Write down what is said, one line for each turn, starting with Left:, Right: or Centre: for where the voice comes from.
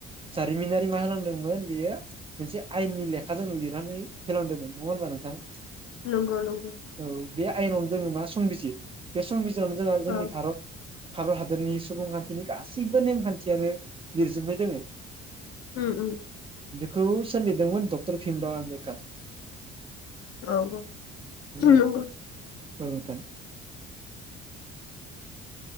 Right: जारिमिनारि मा होनांदोंमोन बेयो मोनसे आयेननि लेखा खा जोंनो लिरनानै होलांदोंमोन नङा होमबा नोंथां?
Left: नंगौ नंगौ
Right: औ बे आयेनावनो जोङो मा संबिजित बे संबिजित जों जोंहा जोंनि
Left: औ
Right: भारत भारत हादरनि सुबुंखान्थिनि गासैबो नेमखान्थियानो लिरजोबनाय दोङ।
Left: उम उम
Right: खौ सोलिदोंमोन दग- थर भिमराव आमबेदकार।
Left: औ औ <unintelligible>
Right: औ औ नोथां